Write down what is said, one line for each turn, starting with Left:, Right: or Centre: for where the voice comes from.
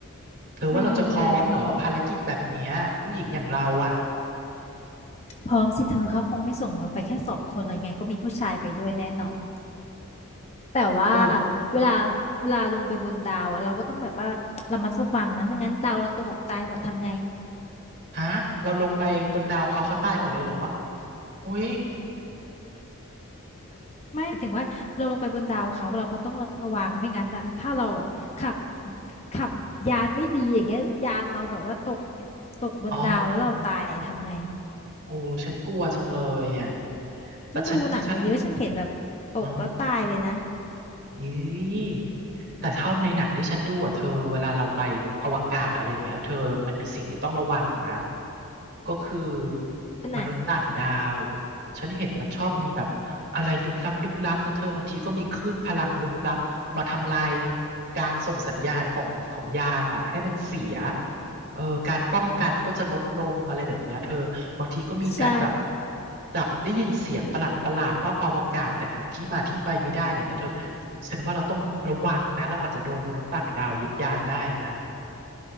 Right: เธอว่าเราจะพร้อมเหรอภารกิจแบบเนี้ยผู้หญิงอย่างเราอ่ะ
Left: อืมเธอ พร้อมสิเธอเขาคงไม่ส่งเราไปแค่สองคนเลยไงก็มีผู้ชายไปด้วยแน่นอนแต่ว่า
Right: เออ
Left: เวลาเวลาลงไปบนดาวอะเราก็ต้องแบบว่าระมัดระวังนะไม่งั้นดาวเราตกตายหมดทำไง
Right: ฮะเราลงไปบนดาวเขาเขาตายหมดเลยเหรออุ้ย
Left: ไม่หมายถึงว่าเราลงไปบนดาวเขาเราก็ต้องระวังไม่งั้นอะถ้าเราแบบขับขับยานไม่ดีอย่างเงี้ยยานเราแบบว่าตกเนี่ยตกบนดาวแล้วเราตายทำไง
Right: อ๋อโอ้ฉันกลัวจังเลยเนี่ยแต่ฉันฉัน
Left: ฉันดูหนังมาเยอะฉันเห็นแบบตกแล้วตายเลยนะ
Right: อ๋อ อีแต่เท่าในหนังที่ฉันดูอ่ะเธอเวลาเราไปอวกาศอะไรอย่างเงี้ยเธอมันมีสิ่งที่ต้องระวังนะก็คือ
Left: อันไหน
Right: มนุษย์ต่างดาวฉันเห็นมันชอบมีแบบอะไรลึกลับลึกลับนะเธอบางทีก็มีคลื่นพลังลึกลับมาทำลายการส่งสัญญาณของของยานน่ะให้มันเสียเออการป้องกันก็จะลดลงอะไรแบบเนี้ยเธอ บางทีก็มีการแบบ
Left: ใช่
Right: จับได้ยินเสียงประหลาดประหลาดนอกอวกาศแต่หาที่มาที่ไปไม่ได้อะไรอย่างเงี้ยเธอฉันว่าเราต้องระวังนะเราอาจจะโดนมนุษย์ต่างดาวยึดยานได้นะ